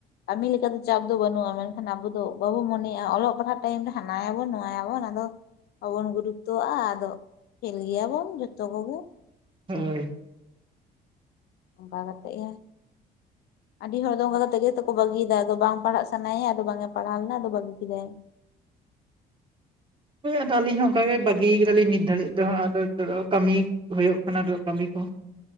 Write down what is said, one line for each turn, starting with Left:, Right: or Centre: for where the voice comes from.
Left: ᱠᱟᱹᱢᱤ ᱞᱮᱠᱟ ᱫᱚ ᱪᱟᱯ ᱫᱚ ᱵᱟᱹᱱᱩᱜᱼᱟ ᱢᱮᱱᱠᱷᱟᱱ ᱟᱵᱚ ᱫᱚ ᱵᱟᱵᱚ ᱢᱚᱱᱮᱭᱟᱼᱟ ᱚᱞᱚᱜ ᱯᱟᱲᱦᱟᱜ ᱴᱟᱹᱭᱤᱢ ᱨᱮ ᱦᱟᱸᱜ ᱦᱟᱱᱟᱭᱟᱵᱚᱱ ᱱᱟᱣᱟᱭᱟᱵᱚᱱ ᱟᱫᱚ ᱵᱟᱵᱚᱱ ᱜᱩᱨᱩᱯᱛᱚᱣᱟᱜᱼᱟ ᱟᱫᱚ ᱯᱷᱮᱞ ᱜᱮᱭᱟᱵᱚᱱ ᱛᱚᱜᱚᱜᱮ
Right: ᱦᱳᱭ ᱾
Left: ᱚᱱᱠᱟ ᱠᱟᱛᱮᱫ ᱜᱮ ᱟᱹᱰᱤ ᱦᱚᱲ ᱫᱚ ᱚᱱᱠᱟ ᱠᱟᱛᱮ ᱜᱮᱠᱚ ᱵᱟᱹᱜᱤᱭᱮᱫᱟ ᱟᱫᱚ ᱵᱟᱝ ᱯᱟᱲᱦᱟᱜ ᱥᱟᱱᱟᱭᱟ ᱟᱫᱚ ᱵᱟᱝ ᱮ ᱯᱟᱲᱦᱟᱣ ᱞᱮᱱᱟ ᱟᱫᱚ ᱵᱟᱹᱜᱤ ᱠᱮᱫᱟᱭ ᱾
Right: ᱦᱳᱭ ᱟᱫᱚ ᱟᱹᱞᱤᱧ ᱦᱚᱸ ᱚᱱᱠᱟ ᱜᱮ ᱵᱟᱹᱜᱤ ᱠᱮᱫᱟᱞᱤᱧ ᱱᱤᱛ ᱫᱷᱟᱹᱨᱤᱡ ᱦᱟᱜ ᱱᱤᱛᱚ ᱫᱚ ᱟᱫᱚ ᱠᱟᱹᱢᱤ ᱦᱩᱭᱩᱜ ᱠᱟᱱᱟ ᱟᱨᱚ ᱠᱟᱹᱢᱤ ᱠᱚ